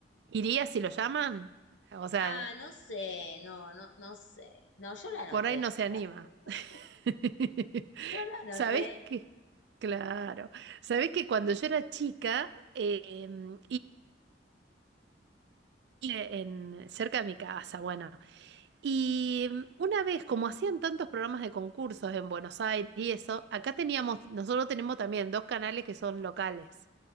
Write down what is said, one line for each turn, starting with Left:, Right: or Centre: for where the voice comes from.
Right: iría si lo llaman? O sea,
Left: Ah, no sé, no, no, no sé. No, yo la anoté.
Right: por ahí no se
Left: por
Right: anima.
Left: las dudas.
Right: <laughs>
Left: Yo la anoté.
Right: ¿Sabés qué? Claro. ¿Sabés que cuando yo era chica, em, en, cerca de mi casa, bueno. Y mm, una vez, como hacían tantos programas de concursos en Buenos Aires y eso, acá teníamos, nosotros tenemos también dos canales que son locales,